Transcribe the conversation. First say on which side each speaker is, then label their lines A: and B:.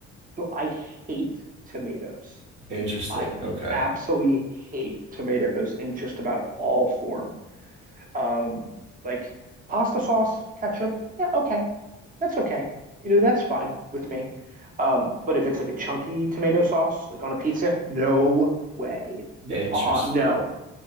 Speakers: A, on the right; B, on the right.
A: so I hate tomatoes.
B: Interesting.
A: I
B: Okay.
A: absolutely hate tomatoes in just about all form. Um, like pasta sauce, ketchup, yeah, okay, That's okay. You know, that's fine with me. Um, but if it's like a chunky tomato sauce, like on a pizza, no way. N-
B: Interesting.
A: uh-uh, no.